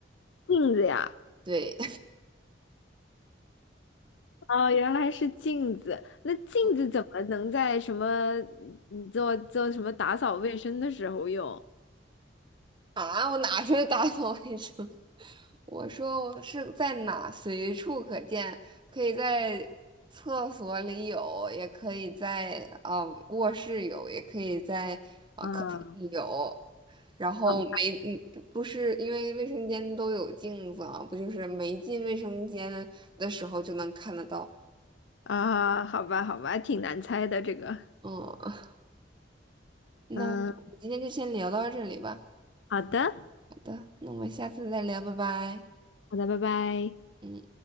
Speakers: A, on the left; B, on the right.
A: 镜子呀。
B: 对
A: 哦，原来是镜子。那镜子怎么能在什么
B: <laughs>
A: 嗯做做什么打扫卫生的时候用？
B: 啊，我哪是打扫卫生？我说我是在哪随处可见，可以在厕所里有，也可以在呃卧室有，也可以在呃客厅里有。
A: 啊，
B: 然后没嗯不不是因为卫生间都有镜子啊，
A: 好吧，
B: 不就是没进卫生间的时候就能看得到。
A: 啊，好吧，好吧，挺难猜的这个。
B: 嗯，那我们今天就先聊到这里吧。
A: 嗯，好的，
B: 好的，那我们下次再聊，拜拜。
A: 好的，拜拜。
B: 嗯。